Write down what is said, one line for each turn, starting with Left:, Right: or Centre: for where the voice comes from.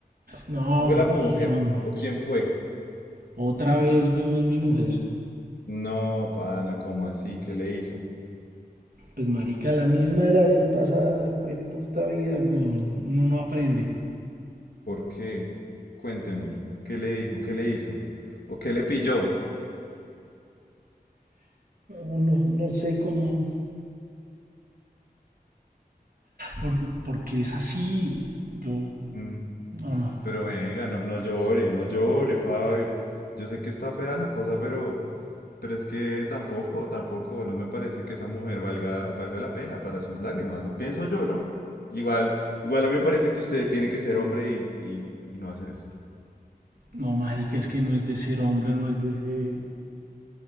Right: No,
Left: ¿Fue la mujer?
Right: weón.
Left: ¿O quién fue?
Right: Otra vez, weón, mi mujer.
Left: No, pana, ¿cómo así? ¿Qué le hizo?
Right: Pues, marica, la misma de la vez pasada, fue puta vida, weón. Uno no aprende.
Left: ¿Por qué? Cuénteme, ¿qué le dijo? ¿Qué le hizo? ¿O qué le pilló?
Right: Uno no sé cómo. Por, porque es así. Yo,
Left: Mm,
Right: no, no.
Left: Pero venga, no, no llore, no llore, Fabio. Yo sé que está fea la cosa, pero, pero es que tampoco, tampoco, no me parece que esa mujer valga, valga la pena para sus lágrimas, ¿no? Pienso yo, ¿no? Igual, igual a mí me parece que usted tiene que ser hombre y, y, y no hacer esto.
Right: No, marica, es que no es de ser hombre, no es de ser...